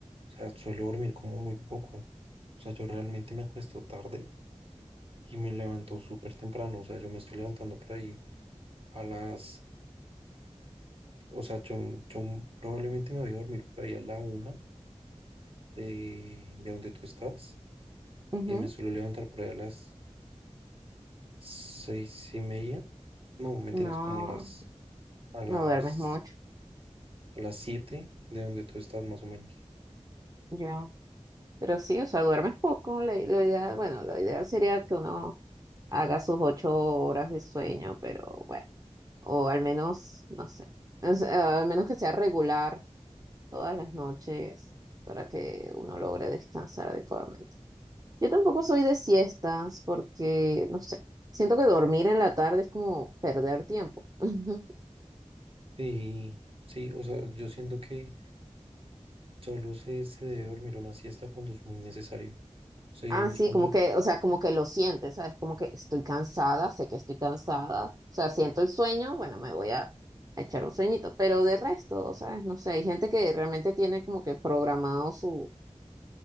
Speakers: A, on the right (about 50°); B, on the right (about 30°).
A: sea, suelo dormir como muy poco. O sea, yo realmente me acuesto tarde y me levanto súper temprano. O sea, yo me estoy levantando por ahí a las... O sea, yo, yo probablemente me voy a dormir por ahí a la una de, de donde tú estás
B: Ujú.
A: y me suelo levantar por ahí a las seis y media. No, mentiras,
B: No,
A: como a las, a las,
B: no duermes mucho,
A: a las siete de donde tú estás más o menos.
B: yo. Pero sí, o sea, duermes poco. La, la idea, bueno, lo ideal sería que uno haga sus ocho horas de sueño, pero bueno. o al menos, no sé, o sea, al menos que sea regular todas las noches para que uno logre descansar adecuadamente. Yo tampoco soy de siestas porque, no sé, siento que dormir en la tarde es como perder tiempo. <laughs>
A: Y sí, o sea, yo siento que... Solo se, se debe dormir una siesta cuando es muy necesario. O sea, digamos,
B: Ah, sí,
A: cuando...
B: como que, o sea, como que lo sientes, ¿sabes? Como que estoy cansada, sé que estoy cansada, o sea, siento el sueño, bueno, me voy a a echar un sueñito, pero de resto, ¿sabes? No sé, hay gente que realmente tiene como que programado su